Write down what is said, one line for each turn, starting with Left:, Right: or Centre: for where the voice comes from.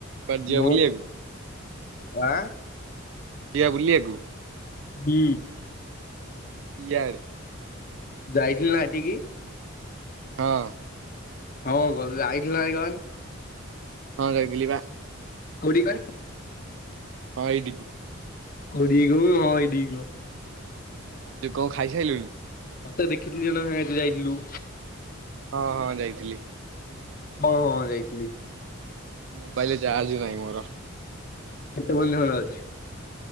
Right: କୁଆଡେ ଯିବା
Left: ମୁଁ
Right: ବୁଲିବାକୁ?
Left: ତ ଆଁ
Right: ଯିିବା ବୁଲି ଆକୁୁ।
Left: ହୁଁ।
Right: ଏଆଡ଼େ।
Left: ଯାଇଥିଲୁ ନା ଏଠିକି।
Right: ହଁ।
Left: ହଁ ଗ ଯାଇଥିଲୁ ନା ନାଇଁ କହନି।
Right: ହଁ ଯାଇଥିଲି ପା।
Left: କୋଉଠିକି କହନି।
Right: ହଁ ଏଇଟିକି।
Left: <unintelligible>
Right: ଆଉ ତୁ କଣ ଖାଇସାଇିଲୁଣି?
Left: ମତେ ଦେଖଥିଲି ଜଣେ <unintelligible> ଯାଇଥିଲୁ।
Right: ହଁ ହଁ ଯାଇଥିଲି।
Left: ହଁ ହଁ ଯାଇଥିଲି।
Right: ମୋବାଇଲ ଚାର୍ଜ ନାହିଁ ମୋର।
Left: କେତେ <unintelligible>